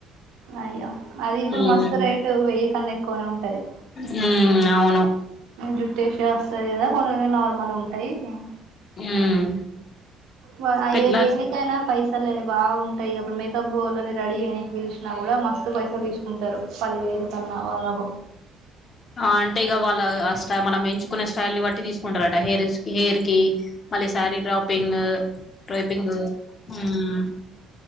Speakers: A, on the right; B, on the left.
A: అయ్యో అది ఇప్పుడు
B: ఉమ్
A: మస్తు రేటు వెయ్య కన్నా ఎక్కువనే ఉంటది
B: ఉమ్ అవును
A: జుట్టేష ఓస్తది కదా కొనిన్ నార్మల్ ఉంటయ్ ఉమ్
B: ఉమ్
A: వ అయ్
B: పెళ్ళాలు
A: దేనికైనా పైస్ సలే బాఉంటాయ్ అపుడు మేకబ్బు యోలని రడీ యేయనికి పిల్ చినా గుడా మస్తు పైసలు దీసుకుంటరు పదివేలు కన్నా వరకు
B: ఆ అంటే ఇక వాళ్ళ అ ఆస్ట మనం ఎంచుకునే స్టైల్ న్ బట్టి తీసుకుంటరట హెరీస్ హేయ్ రీ కీ మళ్ళీ శారీ డ్రాపింగు టైపింగు హుమ్ అ